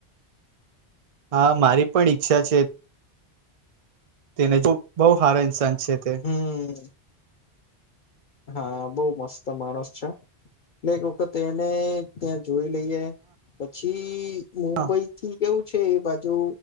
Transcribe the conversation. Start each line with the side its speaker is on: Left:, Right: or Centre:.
Right: હા મારી પણ ઈચ્છા છે, તેને જોવુ બહો હારા ઇન્સાન છે તે
Left: હમમ! હા બહુ મસ્ત માણસ છે એક વખત એને ત્યા જોઈ લઈએ પછી મુંબઈ
Right: હા
Left: થી કેવું છે એ બાજુ